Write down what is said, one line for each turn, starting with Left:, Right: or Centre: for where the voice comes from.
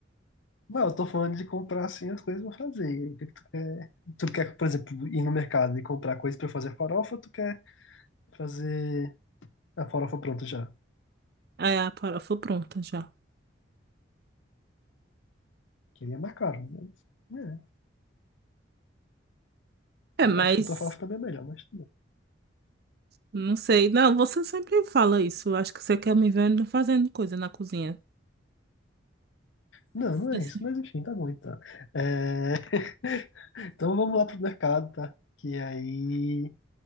Left: não, eu tô falando de comprar, assim, as coisas pra fazer. E aí, O que que tu quer? Tu quer, por exemplo, ir no mercado e comprar coisas pra fazer farofa ou tu quer fazer a farofa pronta já?
Right: Aí a farofa pronta já.
Left: Que aí é mais caro, mas, né?
Right: É,
Left: É,
Right: mas
Left: eu acho que a tua farofa também é melhor, mas tudo bem.
Right: não sei. Não, você sempre fala isso. Eu Acho que você quer me ver fazendo coisa na cozinha.
Left: Não, não
Right: <laughs>
Left: é isso, mas enfim, tá bom então. É, <laughs> Então vamos lá pro mercado, tá? Que aí